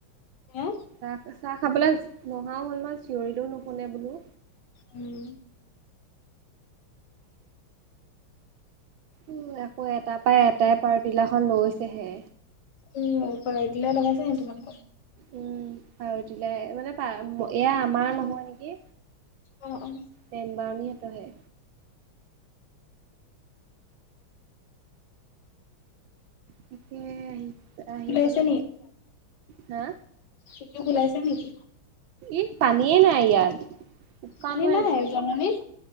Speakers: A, on the left; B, on the right.
A: হ'।
B: চাহ চাহ খাবলৈ নহাও হ'ল মান চিঞৰিলেও নুশুনে বোলো।
A: উম।
B: উ আকৌ এটাৰ পৰা এটাই পাৰটিলাখন লৈছেহে।
A: উম ওপই দিলে লগাইছে নে তোমালোকৰ
B: উম আৰুতিলোই মানে, এয়া আমাৰ নহয় নেকি
A: অ', অ',
B: বেম্বাৰ নিহঁতহে তাকে আহি আহিবলৈ
A: ওলাইছে
B: হা
A: সিযুক ওলাইছে নেকি?
B: ই পানীয়ে নাই ইয়াত, শুকান
A: পানী
B: হৈ
A: নাই
B: আহিছে।
A: জননিত